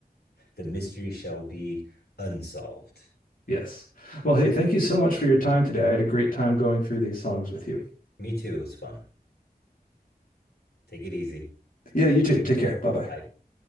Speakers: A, on the left; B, on the left.
A: The mystery shall be unsolved.
B: Yes. Well, hey, thank you so much for your time today. I had a great time going through these songs with you.
A: Me too. It was fun. Take it easy.
B: Yeah, you too. Take care. Bye bye.
A: Bye.